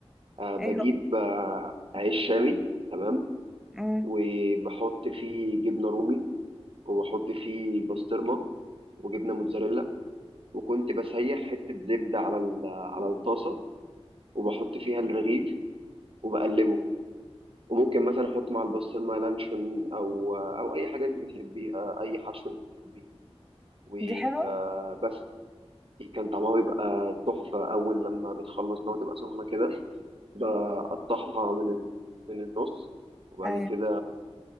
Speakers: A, on the right (about 60°); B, in the centre.
A: آه بجيب
B: ايه هو
A: آه عيش شامي تمام
B: مم.
A: وبحط فيه جبنه رومي وبحط فيه بسطرمه وجبنه موتزاريلا وكنت بسيح حته زبده على ال- على الطاسه وبحط فيها الرغيف وبقلبه وممكن مثلا احط مع البسطرمه لانشون او آه، او اي حاجه انت بتحبيها اي حشو انت بتحبيه وبس
B: دي حلوه
A: كان طعمها بيبقى تحفة أول لما بتخلص بقى وتبقى سخنة كده بقطعها من ال- من النص وبعد
B: ايوه
A: كده